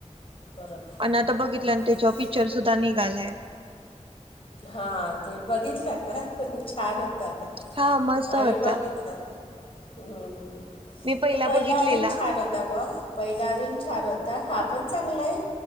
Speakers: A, on the left; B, on the right.
A: बरोबर
B: आणि आता
A: बरोबर
B: बघितलं आणि त्याच्यावर पिक्चर सुद्धा निघालाय.
A: हा ते बघितला का छान होता.
B: हा मस्त
A: आम्ही
B: होता.
A: बघितला हम्म.
B: मी
A: तो पहिला
B: बघितलेला
A: अजून छान होता ब. पहिला अजून छान होता हा पण चांगला आहे